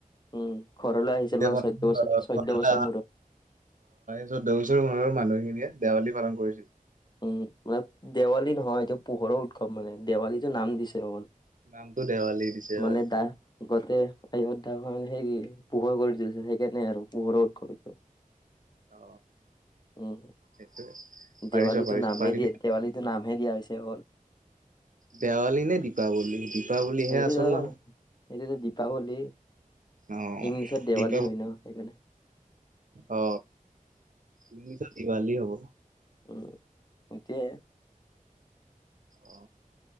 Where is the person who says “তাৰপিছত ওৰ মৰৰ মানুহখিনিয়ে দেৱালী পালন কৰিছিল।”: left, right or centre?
Right